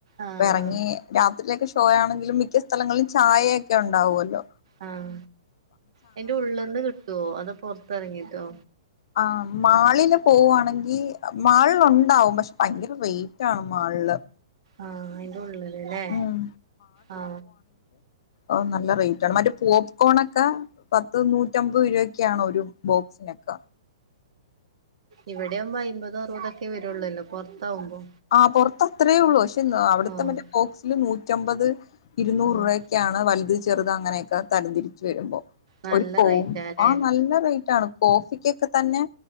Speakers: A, on the right; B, on the left.
A: ആ
B: അപ്പ എറങ്ങി
A: ആ
B: രാത്രിലൊക്കെ ഇഷ് സോയാണെങ്കിലും മി മിക്ക സ്ഥലങ്ങളിൽ ചായയൊക്കെ ഒണ്ട് ഉണ്ടാവുവല്ലോ
A: ഉം അയ്ന്റെ ഉള്ളെന്ന് കിട്ടുവോ അ പൊറത്തിറങ്ങിട്ടോ
B: ആഹ് മാളില് പോവുവാണെങ്കി മാളിലൊണ്ടാവും പക്ഷെ ഭയങ്കര റേറ്റാണ് മാളില്
A: ആ അയിന്റെ ഉള്ളിലല്ലേ
B: ഉം
A: ആ
B: ഓഹ് നല്ല റേറ്റാണ് മറ്റേ പോപ്കോണോക്കെ പത്ത് നൂറ്റമ്പത് രൂപക് ക്കെയാണ് ഒരു ബോക്സിനെക്ക
A: ഇവിടെയാമ്പോ അയ്മ്പതൊ അറുപതൊക്കെ വരുള്ളൂല്ലോ പൊറത്താവുമ്പോ
B: ആഹ് പുറത്ത് അത്രേ ഉള്ളൂ <unintelligible> അവിടുത്തെ
A: ആഹ്
B: മറ്റേ ബോക്സില് നു റ്റമ്പത് ഇരുന്നൂറ്
A: ആഹ്
B: രൂ വക്കാണ് വലുത് ചെറുത് അങ്ങനെയൊക്കെ തരംതിരിച്ച് വരുമ്പോ
A: നല്ല
B: ഒരു കോ
A: റേറ്റാല്ലേ
B: ആ നല്ല റേറ്റാണ് കോഫിക്കൊക്കെ തന്നെ